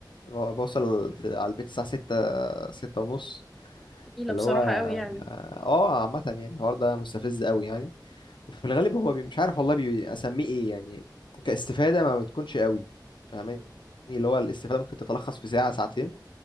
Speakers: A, on the left; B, in the centre.
A: ب- بوصل في على البيت الساعة ستة ستة ونص
B: تقيلة
A: اللي
B: بصراحة
A: هو اه
B: قوي يعني
A: آه، عامة يعني الحوار ده مستفز قوي يعني وفي الغالب هو بي... مش عارف والله بي... اسميه ايه يعني كاستفادة ما بتكونش قوي فاهماني اللي هو الاستفادة ممكن تتلخص في ساعة ساعتين